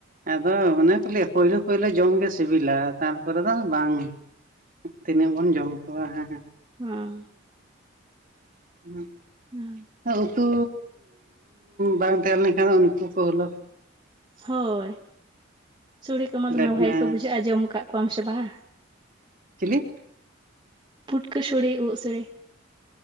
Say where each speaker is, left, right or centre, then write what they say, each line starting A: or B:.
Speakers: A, on the right (about 45°); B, on the right (about 20°).
A: ᱟᱫᱚ ᱚᱱᱮ ᱠᱚ ᱞᱟᱹᱭᱟ ᱯᱳᱭᱞᱩ ᱯᱳᱭᱞᱳ ᱡᱚᱢᱜᱮ ᱥᱤᱵᱤᱞᱟ ᱛᱟᱨᱯᱚᱨᱮ ᱫᱚ ᱵᱟᱝ ᱛᱤᱱᱟᱹᱜ ᱵᱚᱱ ᱡᱚᱢ ᱠᱚᱣᱟ ᱦᱟᱸ
B: ᱦᱚᱸ
A: <inaudible>
B: <inaudible>
A: ᱩᱛᱩ ᱵᱟᱝ ᱛᱟᱦᱮᱸ ᱞᱮᱱᱠᱷᱟᱱ ᱫᱚ ᱩᱱᱠᱩ ᱠᱚ ᱦᱚᱞᱚ
B: ᱦᱚᱭ ᱥᱚᱲᱮ ᱠᱚᱢᱟ ᱫᱚᱢᱮ
A: ᱞᱮᱴᱱᱟ
B: ᱵᱷᱟᱜᱮ ᱠᱚ ᱵᱩᱡᱷᱟᱹᱜᱼᱟ ᱡᱚᱢ ᱟᱠᱟᱫ ᱠᱚᱣᱟᱢ ᱥᱮ ᱵᱟᱝᱟ
A: ᱪᱤᱞᱤ
B: ᱯᱷᱩᱴᱠᱟᱹ ᱥᱚᱲᱮ ᱯᱮ ᱥᱚᱲᱮ